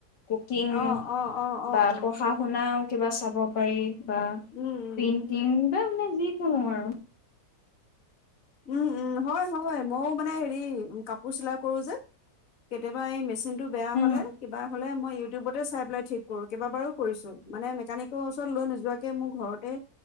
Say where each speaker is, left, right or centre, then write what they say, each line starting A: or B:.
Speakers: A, on the left; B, on the left.
A: কুকিং
B: অ অ অ অ
A: বা
B: অ
A: পঢ়া শুনাও কিবা চাব পাৰি বা
B: উম
A: পেইন্টিং
B: উম
A: বা মানে যিকোনো আৰু।
B: উম,, উম হয় হয় মইও মানে হেৰি কাপোৰ চিলাই কৰো যে কেতিয়াবা এই মেচিনটো বেয়া
A: উম
B: হ'লে কিবা হ'লে মই ইউটিউবতে চাই পেলাই ঠিক কৰো, কেইবাবাৰো কৰিছো মানে মেকানিকৰ ওচৰত লৈ নোযোৱাকে মোৰ ঘৰতে